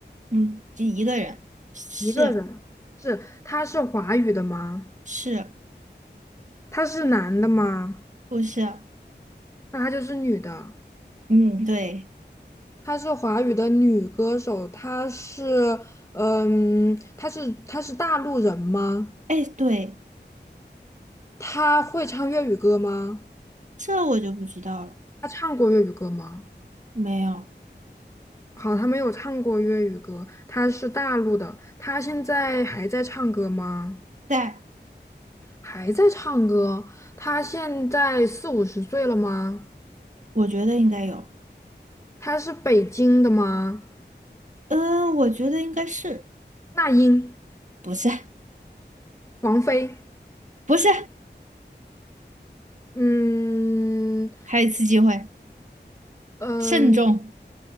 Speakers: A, on the right (about 40°); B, on the left (about 15°).
A: 嗯，就一个人，是
B: 一个人，是，他是华语的吗？
A: 是
B: 他是男的吗？
A: 不是？
B: 那他就是女的。
A: 嗯，对，
B: 她是华语的女歌手，她是，嗯，她是她是大陆人吗？
A: 哎，对，
B: 她会唱粤语歌吗？
A: 这我就不知道了。
B: 她唱过粤语歌吗？
A: 没有，
B: 好，她没有唱过粤语歌，她是大陆的，她现在还在唱歌吗？
A: 在，
B: 还在唱歌，她现在四五十岁了吗？
A: 我觉得应该有。
B: 她是北京的吗？
A: 呃，我觉得应该是，
B: 那英，
A: 不是，
B: 王菲，
A: 不是，
B: 嗯
A: 还有一次机会，
B: 嗯，
A: 慎重。